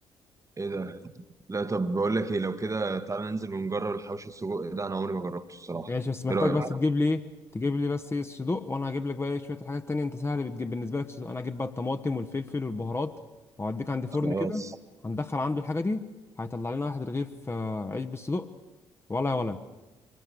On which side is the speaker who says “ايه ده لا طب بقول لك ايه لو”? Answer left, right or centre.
Right